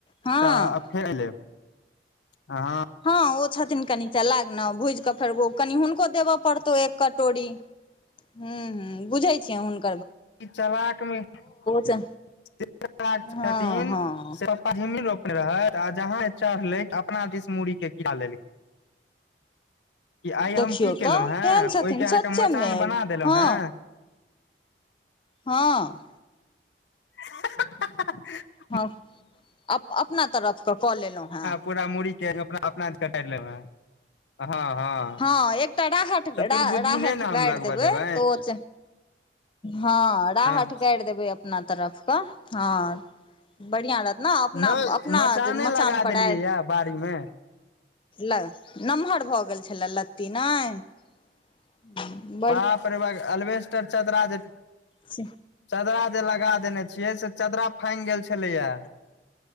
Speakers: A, on the left; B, on the left.
A: हँ
B: तऽ फेर लेब अहाँ
A: हँ ओ छथिन कनि चलाक ने भुजि कऽ फेर ओ कनि हुनको देबऽ पड़तौ एक कटोरी हूँ हूँ बुझै छियै हुनका
B: चलाक मे जे
A: तऽ
B: चलाक छथिन
A: हँ हँ
B: पहिन नहि रोपने रहय आ जहां चढ़ले अपना दिस मुूड़ी के गिरा लेलखिन कि आइ हम
A: देखियौ
B: की केलहुँ
A: तऽ
B: हें
A: केहन छथिन
B: ओहिके अहाँके
A: सच्चेमे
B: मचान बना देलहुँ
A: हँ
B: हेँ
A: हँ
B: <unintelligible>
A: हँ अप अपना तरफके कऽ लेलहुँ हेँ
B: पूरा मुरड़ी के अपना अपना दिशन टाइर लेलहु ए ह हँ हँ
A: हँ एकटा राहत
B: चतुर्बुद्धि नहि ने हम
A: गारि
B: लगबऽ
A: देबै
B: देबनि
A: तऽ ओ हँ राहत
B: हँ
A: गारि देबै अपना तरफके हँ बढ़िया रहत ने अपना
B: नहि
A: अपना
B: मचाने
A: मचान
B: लगा
A: पड़
B: देलियै
A: आ
B: ये बाड़ी मे
A: ल नमहर भऽ गेल छलए लत्ती नहि <inaudible>
B: बापरे ब अलबेस्टर चदरा जे
A: से
B: चदरा जे लगा देने छियै से चदरा फांग गेल छलैया